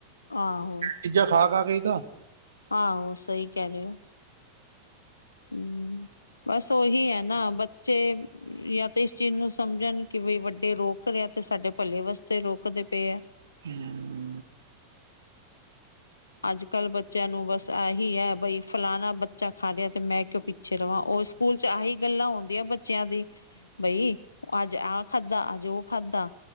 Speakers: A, on the left; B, on the right.
A: ਆਹੋ।
B: ਚੀਜਾ ਖਾ-ਖਾ ਕੇ ਈ ਤਾਂ।
A: ਆਹੋ ਸਈ ਕੈ ਰੇ ੳ। ਹੂੰ। ਬਸ ਉਹੀ ਐ ਨਾ, ਬੱਚੇ ਯਾਂ ਤੇ ਇਸ ਚੀਜ਼ ਨੂੰ ਸਮਝਣ ਕਿ ਬਈ ਵੱਡੇ ਰੋਕ ਕ ਰੇ ਆ ਤੇ ਸਾਡੇ ਭਲੇ ਵਾਸਤੇ ਰੋਕਦੇ ਪੇ ਐ।
B: ਹੂੰ।
A: ਅੱਜ ਕੱਲ੍ਹ ਬੱਚਿਆਂ ਨੂੰ ਬਸ ਐ ਹੀ ਐ, ਬਈ ਫਲਾਣਾ ਬੱਚਾ ਖਾ ਲਿਆ ਤੇ ਮੈਂ ਕਿਉਂ ਪਿ ਛੇ ਰਵਾਂ। ਓ ਸਕੂਲ ਚ ਐਹੀ ਗੱਲਾਂ ਹੋਂਦੀਆਂ ਬੱਚਿਆਂ ਦੀ, ਬਈ ਅੱਜ ਆ ਖਾਧਾ, ਅੱਜ ਓ ਖਾਧਾ,